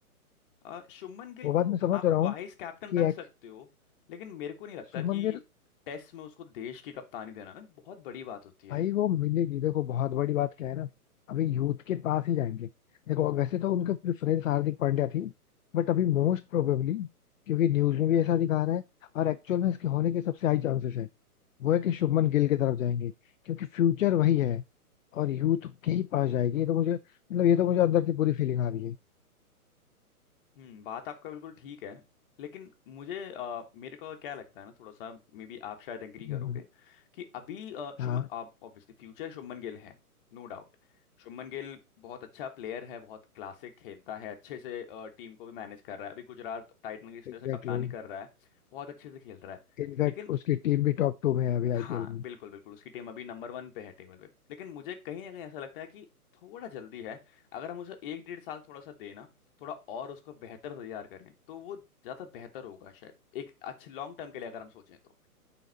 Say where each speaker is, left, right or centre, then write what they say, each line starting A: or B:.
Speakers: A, on the left; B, on the left.
A: अ, शुभमन गिल
B: वो बात
A: को
B: मैं समझ
A: आप
B: रहा हूँ
A: वाइस कैप्टन
B: कि
A: रख
B: एक्स
A: सकते हो लेकिन मेरे को नहीं लगता
B: शुभमन
A: कि
B: गिल
A: टेस्ट में उसको देश की कप्तानी देना बहुत बड़ी बात होती है
B: भाई वो मिलेगी देखो बहुत बड़ी बात क्या है ना अभी यूथ के पास ही जाएंगे देखो वैसे तो उनका प्रेफरेंस हार्दिक पांड्या थी बट अभी मोस्ट प्रोबेबली क्योंकि न्यूज में भी ऐसा दिखा रहा है और एक्चुअल में इसके होने के सबसे हाई चांसेस है वो है कि शुभमन गिल की तरफ जाएंगे क्योंकि फ्यूचर वही है और यूथ के ही पास जाएगी ये तो मुझे मतलब ये तो मुझे अंदर से पूरी फीलिंग आ रही है
A: हम्म बात आपका बिल्कुल ठीक है लेकिन मुझे अ, मेरे को क्या लगता है ना थोड़ा सा मे बी आप शायद एग्री करोगे
B: हम्म,
A: कि अभी अ, शुभमन
B: हाँ
A: आप ऑब्वियसली फ्यूचर शुभमन गिल है नो डाउट शुभमन गिल बहुत अच्छा प्लेयर है बहुत क्लासिक खेलता है अच्छे से टीम को भी मैनेज कर रहा है अभी गुजरात टाइटन की इस तरह
B: एग्जैक्टली
A: से कप्तानी कर रहा है बहुत अच्छे से खेल रहा है
B: इनफैक्ट
A: लेकिन
B: उसकी टीम भी टॉप टू में है अभी
A: हाँ
B: आईपीएल में
A: बिल्कुल बिल्कुल उसकी टीम अभी नंबर वन पे है टेबल पे लेकिन मुझे कहीं ना कहीं ऐसा लगता है कि थोड़ा जल्दी है अगर हम उसे एक डेढ़ साल थोड़ा सा देना थोड़ा और उसको बेहतर तैयार करें तो वो ज़्यादा बेहतर होगा शायद एक अच्छे लॉन्ग टर्म के लिए अगर हम सोचें तो